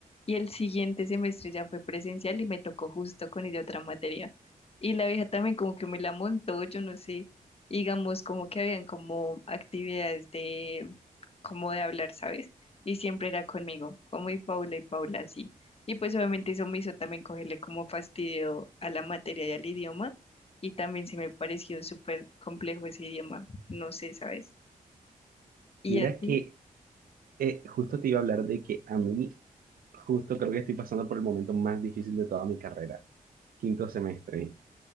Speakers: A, on the left; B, on the right.
A: Y el siguiente semestre ya fue presencial y me tocó justo con ella otra materia. Y la vieja también como que me la montó, yo no sé, digamos como que habían como actividades de, como de hablar, ¿sabes? Y siempre era conmigo, como y Paula y Paula así. Y pues obviamente eso me hizo también cogerle como fastidio a la materia y al idioma. Y también se me pareció súper complejo ese idioma, no sé, ¿sabes? ¿Y
B: Mira
A: a ti?
B: que eh, justo te iba a hablar de que a mí, justo creo que estoy pasando por el momento más difícil de toda mi carrera, quinto semestre.